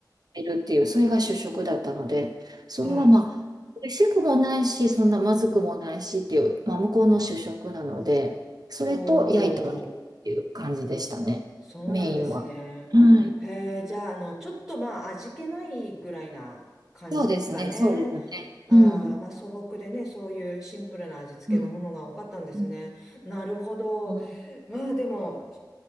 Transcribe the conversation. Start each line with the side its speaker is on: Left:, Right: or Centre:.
Right: いるっていう、それが主食だったので、それはまあ、
Centre: はい。
Right: 美味しくもないし、そんなまずくもないしっていう、まあ、向こうの主食なので、それと焼いたお肉っていう感じでしたね、
Centre: おー。そうなんですね。
Right: メインは。はい。
Centre: へえ、じゃあ、あの、ちょっとまあ、味気ないぐらいな感じですかね。
Right: そうですね、そうですね。
Centre: ああ、
Right: うん。
Centre: まあ、素朴でね、そういうシンプルな味付けのものが多かったんですね。
Right: うん。うん。
Centre: なるほど。
Right: うん
Centre: まあ、でも、